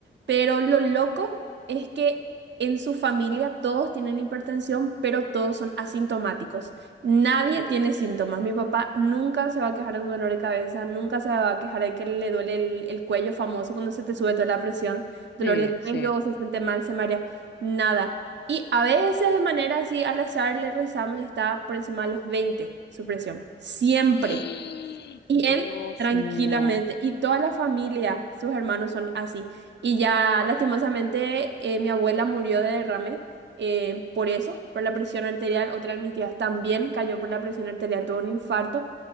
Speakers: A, on the right (about 70°); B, on the left (about 60°).
A: pero lo loco es que en su familia todos tienen hipertensión, pero todos son asintomáticos. Nadie tiene síntomas. Mi papá nunca se va a quejar de un dolor de cabeza, nunca se va a quejar de que le duele el, el cuello famoso cuando se te sube toda la presión, dolor
B: Sí,
A: de cuello,
B: sí.
A: se siente mal, se marea, nada. Y a veces de manera así al azar le revisamos y está por encima de los 20 su presión. Siempre.
B: <gasps> ¡Eh!
A: Y
B: Dios
A: él tranquilamente.
B: mío,
A: Y toda la familia, sus hermanos son así. Y ya lastimosamente eh, mi abuela murió de derrame eh, por eso, por la presión arterial. Otra de mis tías también cayó por la presión arterial, tuvo un infarto.